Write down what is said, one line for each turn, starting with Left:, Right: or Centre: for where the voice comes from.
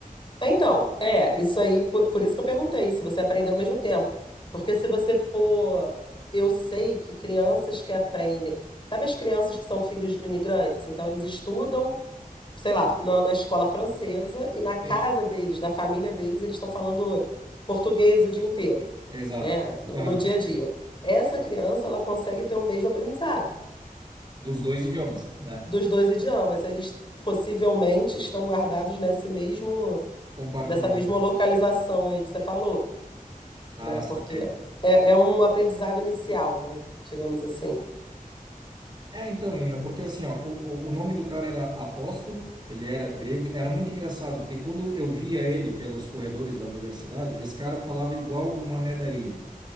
Left: É, Então, é, isso aí, por, por isso que eu perguntei, se você aprendeu ao mesmo tempo. Porque se você for. Eu sei que crianças que aprendem. Sabe as crianças que são filhos de imigrantes? Então, eles estudam, sei lá, na, na escola francesa e na casa
Right: Sim.
Left: deles, na família deles, eles estão falando português o dia inteiro,
Right: Exato.
Left: né? No,
Right: Aham.
Left: no dia a dia. Essa criança, ela consegue ter o mesmo aprendizado
Right: Dos dois idiomas, né?
Left: dos dois idiomas. Eles possivelmente estão guardados nesse mesmo,
Right: Compartimento.
Left: nessa mesma localização aí que você falou.
Right: Ah,
Left: né?
Right: saquei.
Left: Porque é, é um aprendizado inicial, né? Digamos assim.
Right: É, então, Nina, porque assim, ó, o, o o nome do cara era Apóstolo, ele era grego, era muito engraçado, porque quando eu via ele pelos corredores da universidade, esse cara falava igual o Mané da Ilha,